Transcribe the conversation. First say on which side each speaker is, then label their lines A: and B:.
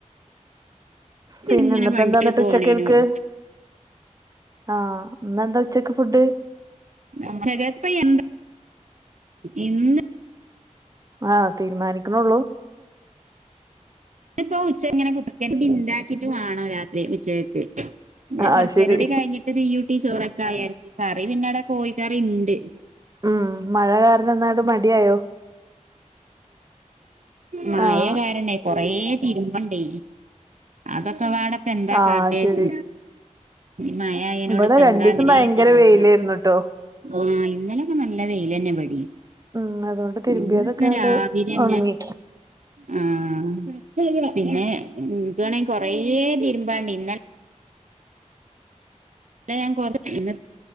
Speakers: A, on the right; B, on the right.
A: പിന്നെന്ന്പ്പെ.
B: ഇങ്ങനെ വണ്ടിക്ക്
A: എന്താന്നട്ട്
B: പോണേനോട്
A: ഉച്ചക്കൽക്ക്.? ആഹ എന്ന എന്താ ഉച്ചക്ക് ഫുഡ്...
B: പ്പ <unintelligible> എന്താ ഇന്ന്
A: ആ, തീരുമാനിക്ണൊള്ളൂ...
B: ഇപ്പോ. ഉച്ച. ഇങ്ങനെ. കുക്ക പിിണ്ടാക്കിട്ട് <unintelligible> വണോ രാത്രി. ഉച്ചകക്ക്... പിന്ന.
A: ആഹ്
B: കൊറചേരൂടി.
A: ശരി
B: കഴിഞ്ഞിട്ട് തീ യൂട്ടീ ചോറക്കെ. വിയാരിച് കറി പിന്നെടെ കോഴിക്കറിണ്ട്....
A: ഉം, മഴ കാരണം ഇന്നാണ്ട് മടിയോ.?
B: മയ
A: ആഹ്
B: കാരണേ കൊറേ തിരുമ്പണ്ടേ അതൊക്കെവാടേ. പന്താ
A: ആഹ്
B: കാട്ടെച്ചി
A: ശരി
B: ഈ മയ അയനോട്
A: ഇവിടെ
B: ഇപ്പ
A: രണ്ടീസം
B: എന്താ എങ്ങനെ
A: ഭയങ്കര
B: തിരുമ്ബ
A: വെയിലായിരുന്നുട്ടോ
B: ആഹ് ഇന്നലിം നല്ല വെയിലെന്നെ ഇബടിം
A: ഉം അതുകൊണ്ട് തിരുമ്പിയതൊക്കാണ്ട്
B: ഇന്ന് പ്പേ രാവിലെന്നെ
A: ഒണങ്ങി
B: ആഹ് പിന്നെ ത്ണെങ്കിൽ കൊറേ തിരുമ്പാണ്ടി ഇന്നലെ അല്ല ഞാൻ ഇന്ന്